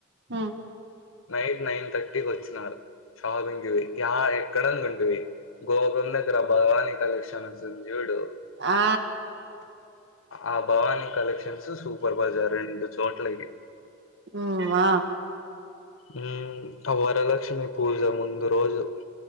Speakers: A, on the right (about 60°); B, on the left (about 85°).
A: ఉ
B: నైట్ నైన్ థర్టీకి వచ్చినారు షాపింగ్ చేసి ఆ ఎక్కడనుకుంటివి గోపురం దగర భవాని కలెక్షన్ అని ఉంది చూడు
A: ఆ
B: ఆ భవానీ కలెక్షన్స్ సూపర్ బజార్ రెండు చోట్లకి
A: ఉమ్ ఆ
B: ఉమ్ ఆ వరలక్ష్మి పూజ ముందు రోజు